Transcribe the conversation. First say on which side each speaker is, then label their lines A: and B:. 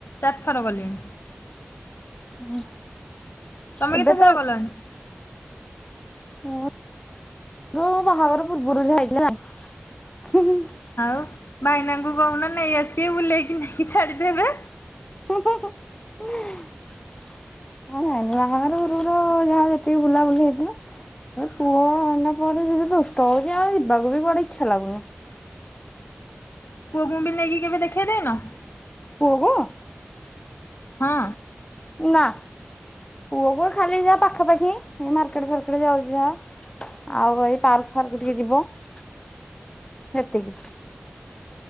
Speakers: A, on the left; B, on the left.
A: ଚାରିଥର ଗଲିଣି।
B: <unintelligible>
A: ତମେ
B: ଏବେ
A: କେତେଥର
B: ତ
A: ଗଲଣି?
B: ମୁଁ ମୋ ବାହାଘର ପୂର୍ବରୁ ଯାହା। <unintelligible>
A: ଆଉ ଭାଇନାଙ୍କୁ କହୁନ ନେଇ ଆସିବେ ବୁଲେଇକି ନେଇକି ଛାଡିଦେବେ।
B: ହୁଁ ହୁଁ ହୁଁ। ହଁ ଭାଇନା ବାହାଘର ପୂର୍ବରୁ ଯାହା ଯେତିକି ବୁଲାବୁଲି ହେଇଥିଲା। ଏ ପୁଅ ହେଲା ପରେ ସେ ଯୋଉ ଦୁଷ୍ଟ ହଉଛି ଆଉ ଯିବାକୁ ବି କୁଆଡେ ଇଚ୍ଛା ଲାଗୁନି।
A: ପୁଅକୁ ବି ନେଇକି କେବେ ଦେଖେଇ ଦେଇନ?
B: ପୁଅକୁ?
A: ହଁ।
B: ନା। ପୁଅକୁ ଖାଲି ଯାହା ପାଖା ପାଖି ହେଇ ମାର୍କେଟ ଫାର୍କେଟ ଯାଉଛି ଯାହା। ଆଉ ଏଇ ପାର୍କ ଫାର୍କ ଟିକେ ଯିବ ସେତିକି।